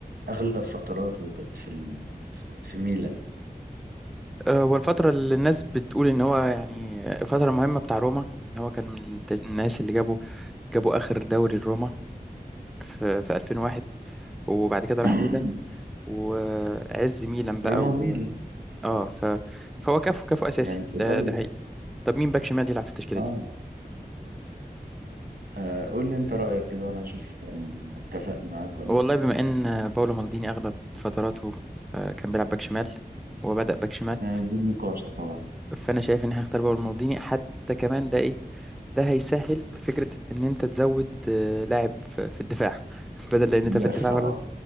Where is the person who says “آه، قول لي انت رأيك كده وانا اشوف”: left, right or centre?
Right